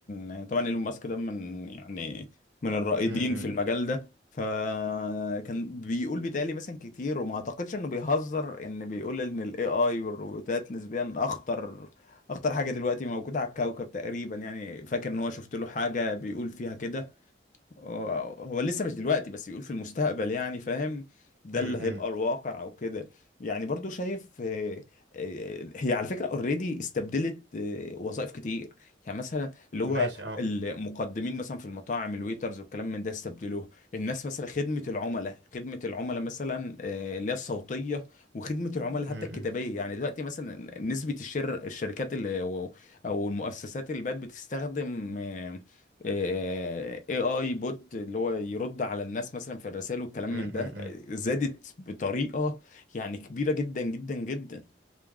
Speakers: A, on the left; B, on the right.
A: يعني طبعا ايلون ماسك ده من يعني من الرائدين
B: م- م-
A: في المجال ده فكان بيقول بيتهيألي مثلا كتير وما اعتقدش انه بيهزر ان بيقول ان الاي اي والروبوتات نسبيا اخطر اخطر حاجه دلوقتي موجوده على الكوكب تقريبا يعني فاكر ان هو شفت له حاجه بيقول فيها كده هو هو لسه مش دلوقتي بس بيقول في المستقبل يعني فاهم ده
B: م-
A: اللي هيبقى
B: م.
A: الواقع او كده يعني برضو شايف آه، آه، هي على فكرة اوريدي استبدلت آه، وظائف كتير يعني مثلا اللي هو
B: ماشي اه
A: المقدمين مثلا في المطاعم الويترز والكلام من ده استبدلوه الناس مثلا خدمة العملاء خدمة العملاء مثلا آه، اللي هي الصوتية وخدمة العملاء
B: م-
A: حتى
B: م.
A: الكتابية يعني دلوقتي مثلا نسبة الشر الشركات اللي او أو المؤسسات اللي بقت بتستخدم آه، اي اي بوت اللي هو يرد على الناس مثلا في الرسائل والكلام
B: م-
A: من ده
B: م-
A: آه،
B: م.
A: زادت بطريقة يعني كبيرة جدا جدا جدا